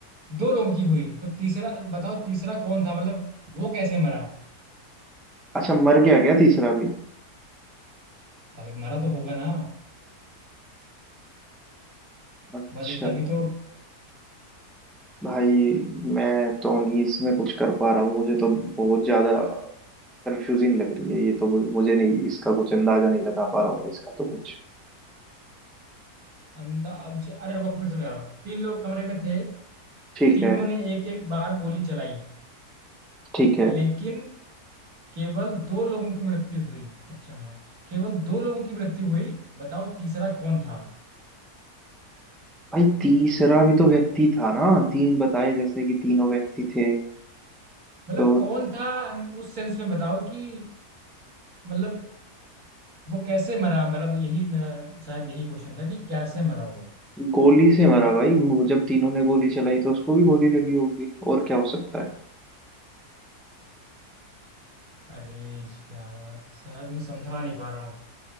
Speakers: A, on the right (about 70°); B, in the centre.
A: दो लोगों की हुई तो तीसरा बताओ तीसरा कौन था मतलब वो कैसे मरा
B: अच्छा मर गया क्या तीसरा भी
A: भाई मरा तो होगा ना
B: अच्छा
A: मर तभी तो
B: भाई मैं तो नहीं इसमें कुछ कर पा रहा हूँ मुझे तो बहुत ज्यादा कंफ्यूजिंग लग रही है ये तो मुझे मुझे नहीं इसका कुछ अंदाजा नहीं लगा पा रहा हूँ मैं इसका तो कुछ
A: अंदाज अरे रुको फिर समझा रहा हूँ तीन लोग कमरे में थे
B: ठीक
A: तीनों
B: है
A: ने एक एक बार गोली चलाई
B: ठीक है
A: लेकिन केवल दो लोगों की मृत्यु हुई अच्छा हाँ केवल दो लोगों की मृत्यु हुई बताओ तीसरा कौन था
B: भाई तीसरा भी तो व्यक्ति था ना तीन बताए जैसे कि तीनों व्यक्ति थे
A: मतलब
B: तो
A: कौन था अम, उस सेंस में बताओ कि मतलब वो कैसे मरा मतलब यही मेरा शायद यही क्वेश्चन था कि कैसे मरा वो
B: गोली से मरा भाई वो जब तीनों ने गोली चलाई तो उसको भी गोली लगी होगी और क्या हो सकता है
A: अरे यार शायद मैं समझा नहीं पा रहा हूँ